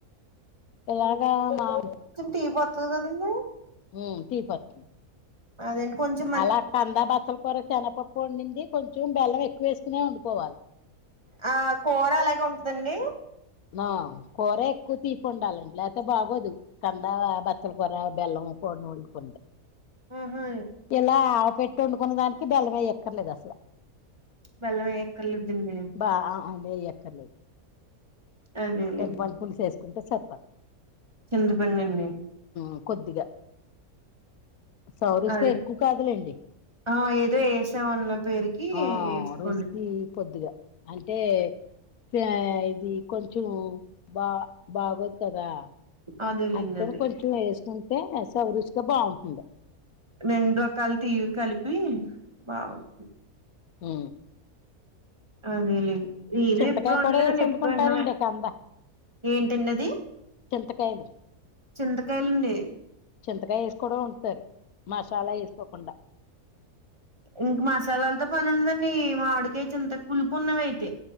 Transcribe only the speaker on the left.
ఎలాగా <unintelligible>
మ్ టీ పట్లము
అలా కందా బచ్చల కూర శనపప్పు వండింది కొంచెం బెల్లం ఎక్కువ వేసుకునే వండుకోవాలి.
మా కూరే ఎక్కువ తీపుండాలండి లేకపోతే బాగోదు. కందా బచ్చల కూర బెల్లం కూర వండుకుంటే.
ఇలా ఆవ పెట్టి వండుకున్న దానికి బెల్లము ఏయ అక్కర్లేదు అసలు.
బా ఆ లే ఎయ్యక్కర్లేదు
ఎ పచ్చి పులుసు వేసుకుంటే సరిపోతుంది.
ఆ కొద్దిగా సౌరస్గా
ఎక్కువ కాదులేండి.
ఆ
<unintelligible> కొద్దిగా అంటే ఆ ఇది కొంచెం బా బాగోదు కదా.
అందుకని
కొంచెం వేసుకుంటే సౌరుసుగా బాగుంటుంది.
ఉ
చింతకాయ
కూడా వేసి వండుకుంటారండి
కంద
చింతకాయలు.
చింతకాయ ఎసి కూడా వండుతారు, మసాలా ఎసుకోకుండా.